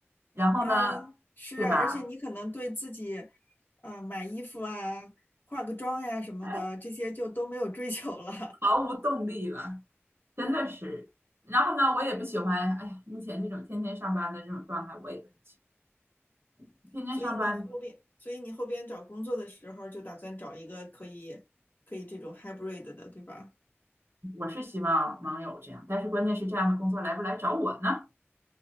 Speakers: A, on the right; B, on the left.
A: 然后呢，
B: 啊，是啊，
A: 对吧？
B: 而且你可能对自己，呃，买衣服啊、化个妆呀、什么的，
A: 哎
B: 这些就都没有追求了。
A: 毫无动力了，真的是。然后呢，我也不喜欢，哎呀，目前这种天天上班的这种状态，我也不很喜欢。
B: <laughs>
A: 天天上班，
B: 所以你后边，所以你后边找工作的时候，就打算找一个可以可以这种 hybrid 的，对吧？
A: 我是希望能有这样，但是关键是这样的工作来不来找我呢，